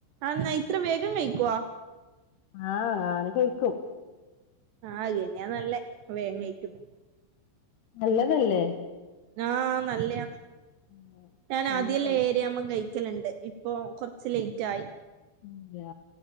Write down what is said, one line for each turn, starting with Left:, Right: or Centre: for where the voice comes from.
Right: ആന്ന ഇത്ര വേഗം വഴക്കുവാ?
Left: ആ <unintelligible> കഴിക്കും.
Right: ആകന്ന നല്ലേ വേങ്ങയിക്കന്ന്.
Left: നല്ലതല്ലേ?
Right: ആഹ നല്ലതന്ന്.
Left: ഉം.
Right: ഞാൻ
Left: അങ്ങനെ
Right: ആദ്യല്ലേ
Left: കഴിക്കും.
Right: ഏരി അമ്മ ിക്കലുണ്ട് ഇപ്പൊ കുറച്ച് ലേറ്റ് ആയി
Left: ഇല്ല